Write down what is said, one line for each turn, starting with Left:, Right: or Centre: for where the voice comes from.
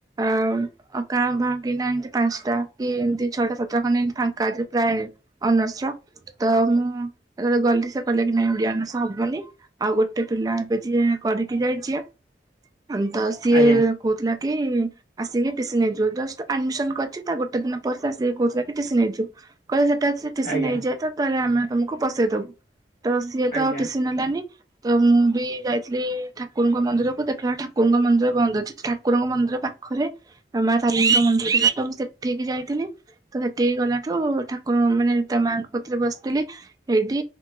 Right: ଆଉ ଅ, କାଁ ଭାଁ କି ନା ଏମିତି ପାନ୍ସଟା କି ଏମିତି ଛଅ ଟା ସାତ ଟା ଖଣ୍ଡେ ଏମିତି ଫାଙ୍କା ଅଛି ପ୍ରାୟ। ଅନର୍ସ ର ତ ମୁଁ ଯେତେବେଳେ ଗଲି ସେ କହିଲେ କି ନାଇଁ ଓଡ଼ିଆ ଅନର୍ସ ହବନି। ଆଉ ଗୋଟେ ପିଲା ଏବେ ଯିଏ କରିକି ଯାଇଛି ଏ, ହଁ ତ ସିଏ
Left: ଆଜ୍ଞା
Right: କହୁଥିଲା କି ଆସିକି ଟିସି ନେଇଯିବ। ଜଷ୍ଟ ଆଡମିସନ୍ କରିଛି ତା ଗୋଟେ ଦିନ ପରେ ସିଏ ଆସିକି କହୁଥିଲା କି ଟିସି ନେଇଯିବ। କହିଲେ ସେଟା ସି ଟିସି
Left: ଆଜ୍ଞା
Right: ନେଇଇଯାଏ ତ ତାହେଲେ ଆମେ ତୋମକୁ ପସେଇଦବୁ। ତ ସିଏ
Left: ଆଜ୍ଞା
Right: ତ ଆଉ ଟିସି ନେଲାନି। ତ ମୁଁ ବି ଯାଇଥିଲି ଠାକୁରଙ୍କ ମନ୍ଦିରକୁ, ଦେଖିଲା ଠାକୁରଙ୍କ ମନ୍ଦିର ବନ୍ଦ ଅଛି। ଠାକୁରଙ୍କ ମନ୍ଦିର ପାଖରେ ଅ, ମା ତାରିଣୀଙ୍କ ମନ୍ଦିର ଥିଲା ତ ମୁଁ ସେଠିକି ଯାଇଥିଲି। ତ ସେଠିକି ଗଲାଠୁ ଠାକୁରଙ୍କ ମାନେ ତା ମାଆଙ୍କ କତିରେ ବସିଥିଲି। ହେଇଠି